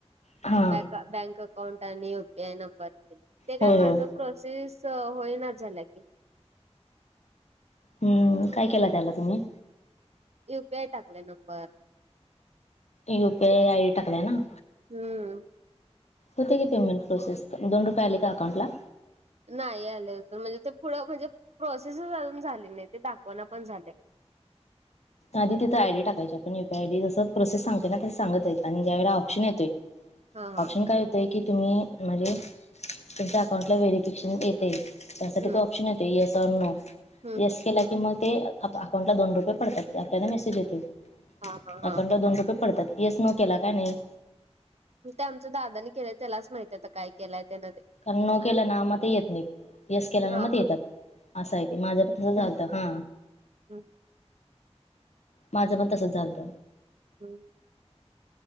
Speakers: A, on the left (about 75°); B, on the right (about 70°).
A: हा
B: बॅका बँक अकाउंट आणि युपीआय नंबर ते काय
A: होय होय
B: माझं प्रोसेस होई ना झाल्या की
A: हम्म काय केला त्याला तुम्ही
B: युपीआयबेटाकले नंबर
A: युपीआय आय डी टाकलाय ना
B: हम्म
A: होते का पेमेंट प्रोसेस दोन रुपय आली का अकाउंटला
B: नाही आले अजून म्हणजे ते पुढं म्हणजे प्रोसेसच अजून झाली नाही ते दाखवाना पण झाले
A: आध तथं आयडी टाकायची पण यूपीआयडीसं प्रोसेस सांगते ना तस सगत जायं आणि ज्याे प्शन येतय
B: हा हा
A: ऑप्शन काय होतय की तुम्ही म्हणजे तुमच्या अकाउंटला व्हेरीिफिकेशन येते त्यासाठी
B: हम्म
A: तो ऑप्शन येतो येस आ नो
B: हम्म
A: येस
B: हम्म
A: केला की मग ते अकाउंटला दोन रुपये पडतात आपल्याला मेसेज येते
B: हा हा
A: अकाउंटला
B: हा
A: दोन रुपये पडतात येस नोकेला काय नाही
B: ते आमच्या दादानी केले त्यालाच माहित आहे काय केलंय त्यान ते
A: कननो केला नामागौ येत नाही येस केला
B: हा
A: नामात
B: हा
A: येतात असं आहे ते माझं पण तसं झालतं हा
B: हम्म
A: माझं पण तसच झालत
B: हम्